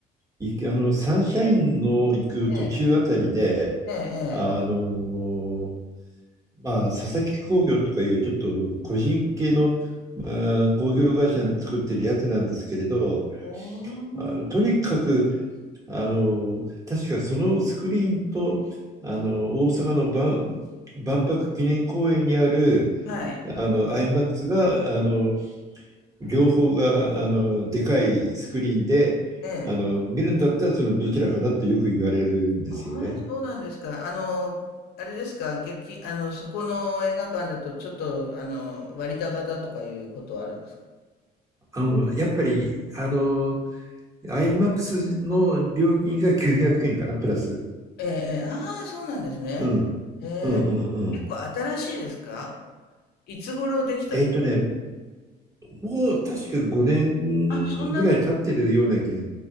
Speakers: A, on the right; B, on the left.
A: いあの、サンシャインの行く途中あたりで、
B: ええ、ええ、ええ。
A: あの、まあ、佐々木工業とかいうちょっと個人系の、あー工業会社の作ってるやつなんですけれど、
B: おー、
A: あ、とにかく、あの、確かそのスクリーンと、あの、大阪の万、万博記念公園にある、
B: はい。
A: あの、マックスが、あの、両方があのでかいスクリーンであの見るんだったらそのどちらかだってよく言われるんですよね。
B: ええ。ああ、そうなんですか。あの、あれですか、劇、あの、そこの映画館だと、ちょっと、あの、割高だとかいうことはあるんですか
A: あのやっぱりあの IMAX の料金が900円かなプラス。
B: ええええ、ああ、そうなんですね。
A: うん、
B: へえ。
A: うんうんうん
B: 結構新しいですか？いつ頃できたん
A: えっとねもう確か5年ぐらい経ってるような気が。
B: あ、そんなと